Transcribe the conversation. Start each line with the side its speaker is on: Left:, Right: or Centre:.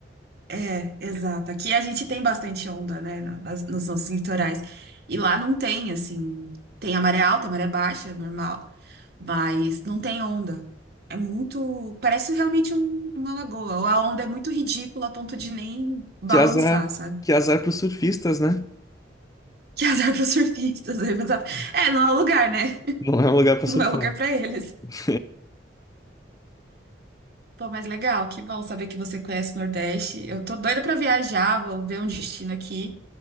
Right: É, exato. Aqui a gente tem bastante onda, né, na- nas- nos nossos litorais. E lá não tem, assim, tem a maré alta, a maré baixa, é normal. mas não tem onda. É muito. Parece realmente um- uma lagoa. Ou a onda é muito ridícula a ponto de nem balançar,
Left: Que azar,
Right: sabe?
Left: que
Right: <laughs>
Left: azar pros surfistas, né?
Right: Que azar para surfistas. É, exato. É, não é lugar, né? <laughs>
Left: Não é um lugar pra surfar.
Right: Não é lugar para eles.
Left: <laughs>
Right: Pô, mas legal, que bom saber que você conhece o Nordeste. Eu tô doida para viajar, vou ver um destino aqui